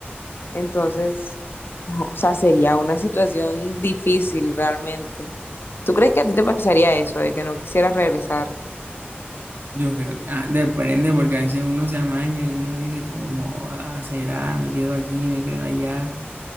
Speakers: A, on the left; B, on the right.
A: Entonces, no, o sea, sería una situación difícil realmente. ¿Tú crees que a ti te pasaría eso, de que no quisieras regresar?
B: Yo creo que ah, depende porque a veces uno se amaña y uno dice como, "Joda, será, me quedo aquí, me quedo allá.